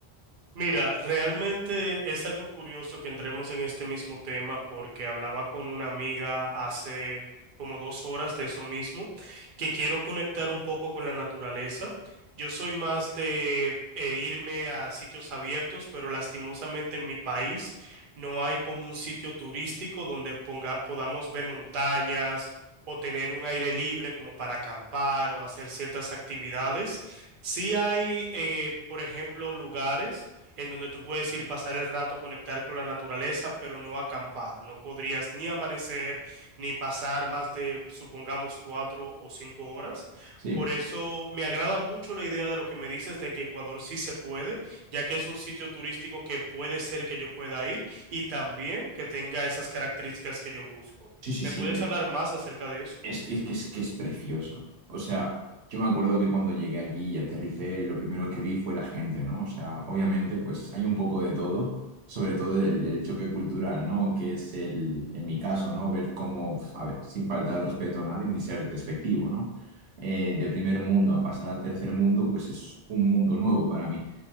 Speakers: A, on the right; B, on the right.
A: Mira, realmente es algo curioso que entremos en este mismo tema porque hablaba con una amiga hace como dos horas de eso mismo, que quiero conectar un poco con la naturaleza. Yo soy más de eh, irme a sitios abiertos, pero lastimosamente en mi país no hay como un sitio turístico donde ponga, podamos ver montañas o tener un aire libre como para acampar o hacer ciertas actividades. Sí hay, eh, por ejemplo, lugares en donde tú puedes ir pasar el rato, conectar con la naturaleza, pero no acampar. No podrías ni amanecer, ni pasar más de, supongamos, cuatro o cinco horas.
B: Sí,
A: Por eso me agrada mucho la idea de lo que me dices de que Ecuador sí se puede, ya que es un sitio turístico que puede ser que yo pueda ir y también que tenga esas características que yo busco.
B: sí, sí,
A: ¿Me
B: sí.
A: puedes hablar más acerca de eso?
B: Es que, es que, es que es precioso. O sea, yo me acuerdo que cuando llegué allí y aterricé, lo primero que vi fue la gente, ¿no? O sea, obviamente, pues hay un poco de todo, sobre todo el, el choque cultural, ¿no? Que es el, en mi caso, ¿no? Ver cómo, a ver, sin faltar el respeto a nadie ni ser despectivo, ¿no? Eh, de primer mundo a pasar a tercer mundo, pues es un mundo nuevo para mí.